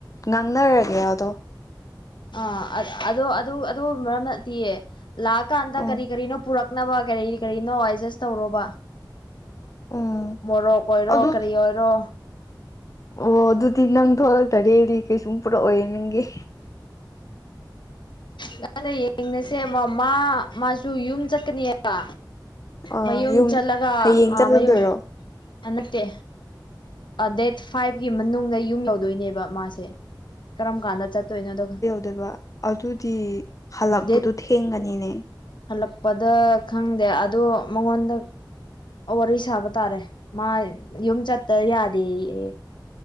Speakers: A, on the left (about 45°); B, on the left (about 80°).
A: ꯉꯥꯡꯅꯔꯒꯦ ꯇꯣ
B: ꯑ ꯑ ꯑꯗꯨ ꯑꯗꯨ ꯃꯔꯝ ꯅꯠꯇꯤꯌꯦ ꯂꯥꯛ ꯀꯥꯟꯗ
A: ꯎꯝ
B: ꯀꯔꯤ ꯀꯔꯤꯅꯣ ꯄꯨꯔꯛ ꯊꯛꯅꯕ ꯀꯔꯤ ꯀꯔꯤꯅꯣ ꯑꯦꯗꯖꯁ ꯇꯧꯔꯣꯕ
A: ꯎꯝ
B: ꯃꯣꯔꯣꯛ ꯑꯣꯏꯔꯣ
A: ꯑꯗꯨ
B: ꯀꯔꯤ ꯑꯣꯏꯔꯣ
A: ꯑꯣ ꯑꯗꯨꯗꯤ ꯅꯪ ꯊꯣꯛꯂꯛꯇꯔꯗꯤ ꯀꯩꯁꯨꯝ ꯄꯨꯔꯛꯑꯣꯏꯑꯦ ꯅꯪꯒꯤ
B: ꯅꯪꯗ ꯌꯦꯡꯉꯁꯦ ꯃ ꯃꯥ ꯃꯥꯁꯨ ꯌꯨꯝ ꯆꯠꯀꯅꯤꯕ
A: ꯑ
B: ꯃꯌꯨꯝ
A: ꯌꯨꯝ
B: ꯆꯠꯂꯒ
A: ꯍꯌꯦꯡ
B: ꯑꯥ
A: ꯆꯠꯂꯨꯗꯣꯏꯔꯣ
B: ꯃꯌꯨꯝ ꯅꯠꯇꯦ ꯗꯦꯠ ꯐꯥꯏꯚꯀꯤ ꯃꯅꯨꯡꯗ ꯌꯨꯝ ꯌꯧꯗꯣꯏꯅꯦꯕ ꯃꯥꯁꯦ ꯀꯔꯝ ꯀꯥꯟꯗ ꯆꯠꯇꯣꯏꯅꯣ ꯑꯗꯨꯒ
A: ꯗꯣꯏꯕ ꯑꯗꯨꯗꯤ ꯍꯜꯂꯛꯄꯗꯣ
B: ꯗꯦꯠ
A: ꯊꯦꯡ ꯅꯤꯅꯦ
B: ꯍꯜꯂꯛꯄꯗ ꯈꯪꯗꯦ ꯑꯗꯣ ꯃꯉꯣꯟꯗ ꯋꯥꯔꯤ ꯁꯥꯕ ꯇꯥꯔꯦ ꯃꯥ ꯌꯨꯝ ꯆꯠꯇ ꯌꯥꯗꯦ ꯑꯦ